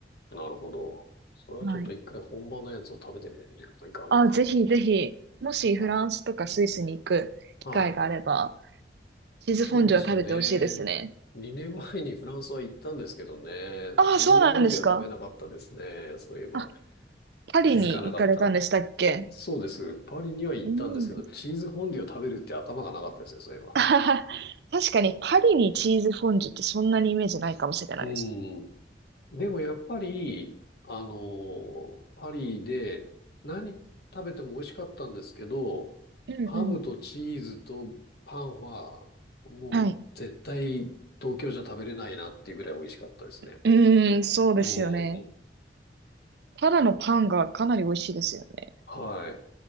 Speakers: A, on the left; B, on the right.
A: なるほど。それはちょっと一回本場のやつを食べてみないといかんな。
B: はい。あ、ぜひぜひ、もしフランスとかスイスに行く機会があれば、
A: はい。はい。
B: チーズフォンデュは食べてほしいですね。
A: そうですよね。2年前にフランスは行ったんですけどね。
B: あ、
A: チーズフォンデュは食べなかったですね。
B: あそうなんですか。
A: そういえば。
B: あ、パリに行かれたんでしたっけ
A: 気づかなかった。そうです。パリには行ったんですけど、
B: うん。
A: チーズフォンデュを食べるって頭がなかったですね、そういえば。
B: <laughs> あはは確かにパリにチーズフォンデュってそんなにイメージないかもしれないです。
A: うーん。でもやっぱり、あのー、パリで何食べても美味しかったんですけど、
B: うんうん。
A: ハムとチーズとパンはもう絶対東京じゃ食べれないなっていうぐらい美味しかったですね。
B: はい。うーん、そうですよね。
A: うん。
B: ただのパンがかなり美味しいですよね。
A: はい。